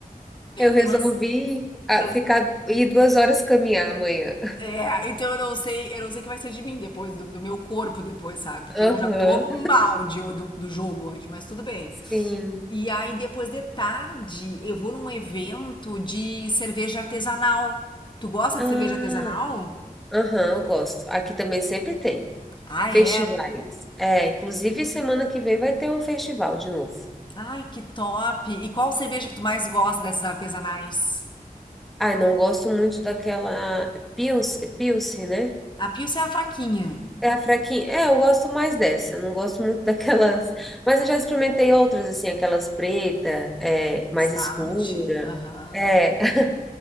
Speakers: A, in the centre; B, on the left.
A: Eu resolvi
B: eu não,
A: ah,
B: não
A: ficar ir duas horas caminhar amanhã.
B: É, então eu não sei, eu não sei o que vai ser de mim depois, do, do meu corpo depois, sabe? Porque
A: Aham,
B: eu já tô mal de- do, do jogo hoje, mas tudo bem.
A: sim.
B: E aí, depois de tarde, eu vou num evento de cerveja artesanal. Tu gosta
A: Ah,
B: de cerveja artesanal?
A: aham, eu gosto. Aqui também sempre tem
B: Ah,
A: festivais.
B: é?
A: É, inclusive semana que vem vai ter um festival de novo.
B: Ai, que top! E qual cerveja que tu mais gosta dessas artesanais?
A: Ai, não gosto muito daquela Pilce, Pilce, né?
B: A Pilsen é a fraquinha.
A: É a fraquinha. É, eu gosto mais dessa. eu Não gosto muito <laughs> daquelas. Mas eu já experimentei outras, assim, aquelas preta, é, mais
B: Stout,
A: escura.
B: aham.
A: É. <laughs>